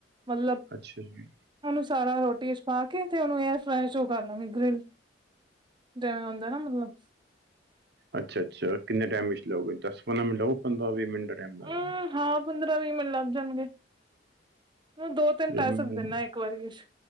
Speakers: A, on the right (about 25°); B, on the right (about 65°).
A: ਮਲਬ
B: ਅੱਛਾ ਜੀ।
A: ਉਹਨੂੰ ਸਾਰਾ ਰੋਟੀ ਇਚ ਪਾ ਕੇ ਤੇ ਉਹਨੂੰ ਏਅਰ ਫਰਾਈ ਚ ਉਹ ਕਰ ਲਾਂਗੇ ਗ੍ਰਿਲ ਜਿਵੇਂ ਹੁੰਦਾ ਨਾ ਮਤਲਬ
B: ਅੱਛਾ, ਅੱਛਾ ਕਿੰਨੇ ਟੈਮ ਇਚ ਲੋਗੇ ਦਸ ਪੰਦਰਾਂ ਮਿੰਟ ਲੋ ਪੰਦਰਾਂ ਵੀਹ ਮਿੰਟ ਦਾ ਟਾਈਮ ਲੱਗ
A: ਅ ਹਾਂ ਪੰਦਰਾਂ ਵੀਹ ਮਿੰਟ ਲੱਗ ਜਾਨਗੇ ਦੋ
B: ਲੱਗੇਗਾ
A: ਤਿੰਨ ਪੈ ਸਕਦੇ ਨਾ ਇੱਕ ਵਾਰੀ ਵਿਚ।